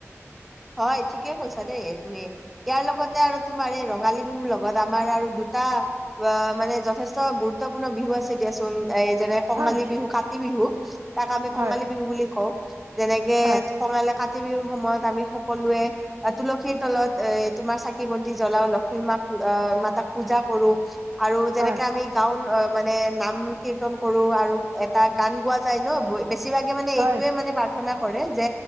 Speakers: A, in the centre; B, on the right.
A: হয় ঠিকে কৈছা দেই তুমি ইয়াৰ লগতে আৰু তোমাৰ এই ৰঙালী বিহুৰ লগত আমাৰ আৰু দুটা অ মানে যথেষ্ট গুৰুত্বপূৰ্ণ বিহু আছে দিয়াচোন এই কঙালী
B: হয়
A: বিহু কাতি বিহু তাক আমি
B: হয়
A: কঙালী বিহু বুলি কঁও যেনেকে
B: হয়
A: কঙালী কা টি বিহুৰ সময়ত আমি সক সকলোৱে তুলসীৰ তলত এ তোমাৰ চাকি বন্তি জ্বলাও লক্ষ্মী মাক অ মাতাক পূজা কৰো আৰু যেনেকে
B: হয়
A: আমি গাওন অ মানে নাম কিৰ তন কৰো আৰু এটা গান গোৱা যায় ন বেছিভাগে মানে
B: হয়
A: এইটোয়ে মানে প্ৰাৰ্থনা কৰে যে,